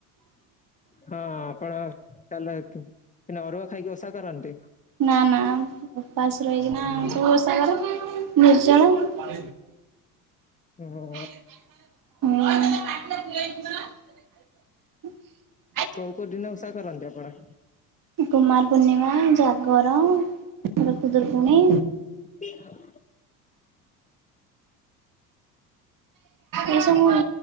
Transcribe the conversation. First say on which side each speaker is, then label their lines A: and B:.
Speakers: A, on the left (about 15°); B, on the right (about 40°).
A: ହଁ ଆପଣ <unintelligible> ମାନେ ଅରୁଆ ଖାଇକି ଓଷା କରନ୍ତି?
B: ନା ନା ଉପାସ ରହିକିନା ସବୁ ଓଷା କରେ ନିର୍ଜଳା।
A: ହଁ
B: ହୁଁ।
A: କୋଉ କୋଉ ଦିନ ଓଷା କରନ୍ତି ଆପଣ?
B: କୁମାର ପୂର୍ଣ୍ଣିମା, ଜାଗର ତାପରେ ଖୁଦୁରୁକୁଣୀ
A: <inaudible>
B: ଏ ସବୁ